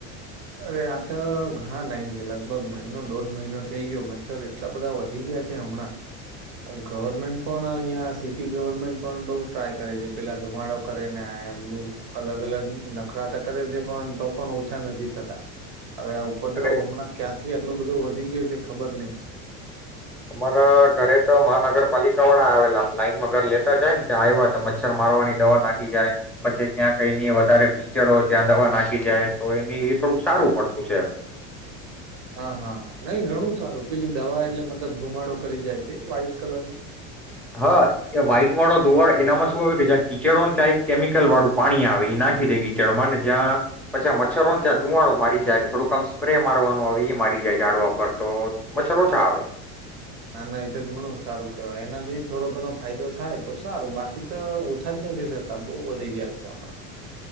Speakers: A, on the right; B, in the centre.
A: અરે આ તો ઘણા ટાઈમથી લગભગ મહિનો દોઢ મહિનો થઈ ગયો મચ્છર એટલા બધા વધી ગયા છે હમણાં ગવર્મેન્ટ પણ અહિયાં સિટી ગવર્મેન્ટ પણ બઉુ ટ્રાય કરે છે પેલા ધુમાડો કરેને બધું અલગ અલગ નખરાતા કરે છે પણ તો પણ ઓછા નથી. છતાં હવે આ ઉપદ્રવ
B: અરે
A: હમણાં ક્યાં આટલો બધો વધી ગયો છે ખબર નહીં.
B: અમારા ઘરે તો મહાનગરપાલિકા વાળા આવેલા લાઈનમાં ઘર લેતા જાયને ત્યાં આવ્યા હતા. મચ્છર મારવાની દવા નાખી જાય. પછી ત્યાં કઈની વધારે કીચડ હોય ત્યાં દવા નાખી જાય તો એની એ થોડુંક સારું પડતું છે એમ.
A: હા હા નહી ઘણું સારું પેલી દવા એટલે મતલબ ધુમાડો કરી જાય છે વ્હાઈટ કલરનો.
B: હા એ વ્હાઈટ વાળો ધુવાળો એનામાં શું આવે કે જ્યાં કીચડોને ત્યાં એક કેમિકલ વાળું પાણી આવે એ નાખી દે કીચડમાં ને જ્યાં પછા મચ્છરોને ત્યાં ધુવાડો મારી જાય ને થોડુંક આમ સ્પ્રે મારવાનું આવે એ મારી જાય જાડવા પર તો મચ્છર ઓછા આવે.
A: નાના એ તો જ ઘણું સારું કેવાય એનાથી થોડો ઘણો ફાયદો થાય તો સારું બાકી તો ઓછા જ નથી થતા બહુ વધી ગયા છે હમણાં.